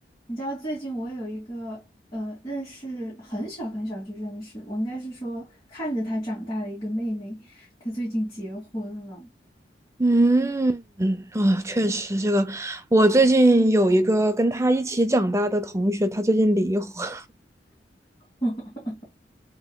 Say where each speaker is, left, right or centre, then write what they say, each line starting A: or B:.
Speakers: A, on the left; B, on the right.
A: 你知道最近我有一个呃，认识很小很小就认识，我应该是说看着他长大的一个妹妹，她最近结婚了。
B: 嗯嗯啊，确实，这个我最近有一个跟他一起长大的同学，他最近离婚。
A: <laughs>